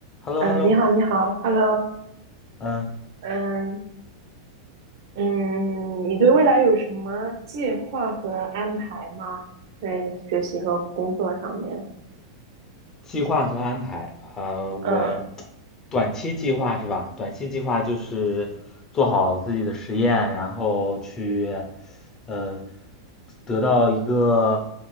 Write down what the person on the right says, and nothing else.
嗯，
呃你好，你好，Hello，
嗯嗯，你对未来有什么计划和安排吗？在学习和工作上面，
嗯